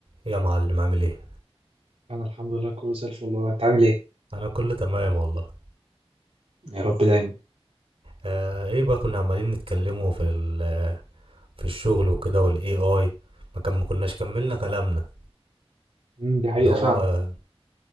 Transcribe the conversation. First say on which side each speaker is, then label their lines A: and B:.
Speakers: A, on the right; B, on the right.
A: يا معلم عامل ايه
B: انا الحمد لله كله زي الفل والله انت عامل ايه
A: انا كله تمام والله
B: يا رب دايما
A: آه ايه بقى كنا عمالين نتكلموا في ال- آه، في الشغل وكده والاي اي ما كان ما كناش كملنا كلامنا
B: امم دي حقيقه
A: ان هو
B: فعلا